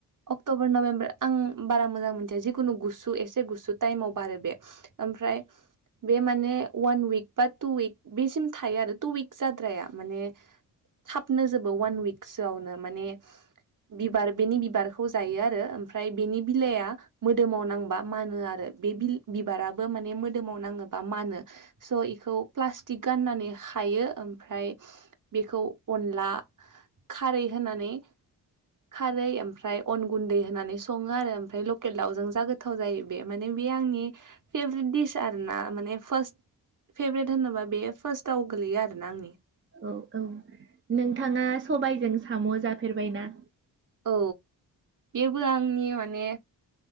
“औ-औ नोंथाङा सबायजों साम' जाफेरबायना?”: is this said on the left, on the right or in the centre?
Right